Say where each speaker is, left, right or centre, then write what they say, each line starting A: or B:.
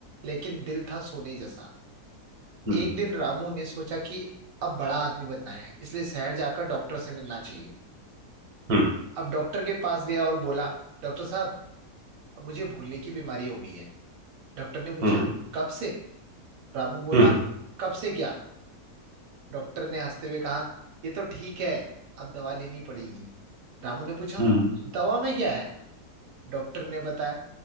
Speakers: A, on the right (about 70°); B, on the right (about 40°).
A: लेकिन दिल था सोने जैसा
B: हम्म
A: एक दिन रामू ने सोचा कि अब बड़ा आदमी बनना है इसलिए शहर जाकर डॉक्टर से मिलना चाहिए
B: हम्म
A: अब डॉक्टर के पास गया और बोला डॉक्टर साहब अब मुझे भूलने की बीमारी हो गई है डॉक्टर ने पूछा
B: हम्म
A: कब से रामू बोला
B: हम्म
A: कब से क्या डॉक्टर ने हंसते हुए कहा ये तो ठीक है अब दवा लेनी पड़ेगी रामू ने पूछा
B: हम्म
A: दवा में क्या है डॉक्टर ने बताया